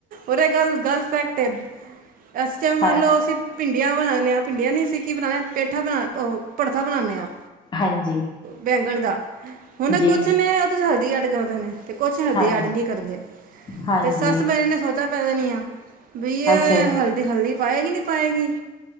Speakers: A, on the right; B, on the left.
A: ਉਰੇ ਗੱਲ ਗੱਲ ਫੈਕਟ ਅਸੀਂ ਮੰਨਲਓ
B: ਹਾਂ
A: ਅਸੀਂ ਭਿੰਡੀਆਂ ਬਣਾਉਂਦੇ ਆ ਭਿੰਡੀਆਂ ਨੀ ਸੀ ਕੀ ਬਣਾਉਣੇ ਪੇਠਾ ਬਹ ਪੜਥਾ ਬਣਾਨੇ ਆ
B: ਹਾਂਜੀ
A: ਬੈਂਗਣ ਦਾ ਹੁਣ
B: ਜੀ
A: ਕੁਛ ਨੇ ਉਹਦੇ ਹਲਦੀ ਐਡ ਕਰਦੇ ਨੇ। ਤੇ ਕੁਛ ਹਦੀ
B: ਹਾਂਜੀ
A: ਅੜ ਨੀ ਕਰਦੇ।
B: ਹਾਂਜੀ
A: ਤੇ ਸੱਸ ਤੇ ਮੇ ਨਾ ਸੋਚਾ ਪੈ ਜਾਨੀਆ ਬਈ ਐ
B: ਅੱਛਾ ਜੀ
A: ਹਲਦੀ ਹਲਦੀ ਪਾਏਗੀ ਨੀ। ਪਾਏਗੀ,